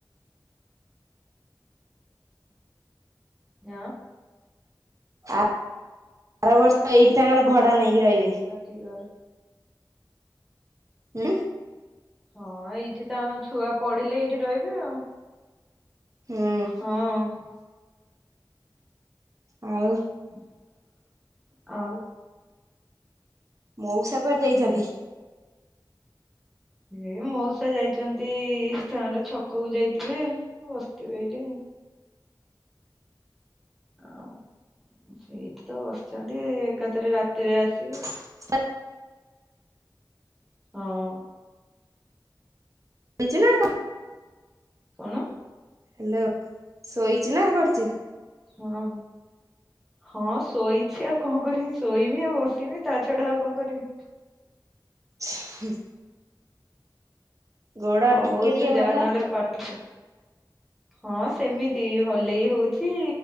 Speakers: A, in the centre; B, on the right.
A: ନ।
B: ଆର ବର୍ଷ ଏଇଠି ତାଙ୍କର ଭଡା ନେଇକି ରହିବେ।
A: ଟିଅର।
B: ଉଁ।
A: ହଁ ଏଇଠି ତାଙ୍କ ଛୁଆ ପଢିଲେ ଏଇଠି ରହିବେ ଆଉ।
B: ହୁଁ
A: ହଁ।
B: ଆଉ।
A: ଉଁ ଆଉ।
B: ମଉସା କୁଆଡ଼େ ଯାଇଛନ୍ତି?
A: ଏଇ ମଉସା ଯାଇଛନ୍ତି ତାଙ୍କର ଛକକୁ ଯାଇଥିବେ ବସିଥିବେ ଏଇଠି। ଆଉ ସେଇଠି ତ ବସିଛନ୍ତି ଏକାଥରେ ରାତିରେ ଆସିିବେ।
B: ହ
A: ହଁ।
B: ଚିନା କ
A: କଣ?
B: ହାଲୋ। ଶୋଇଛୁ ନା କଣ କରୁଛୁ?
A: ହଁ। ହଁ ଶୋଇଛି ଆଉ କଣ କରିବି ଶୋଇମି ଆଉ ବସିମି ତା ଛଡା ଆଉ କଣ କରିବି।
B: ହୁଁ। ଗୋଡ
A: ହଉ
B: ଟିକେ
A: ତୁ
B: ଟିକେ
A: ଯା
B: ଭଲ
A: ନହେଲେ ପାଠ ପ ହଁ ସେମିତି ହଲେଇ ହଉଛି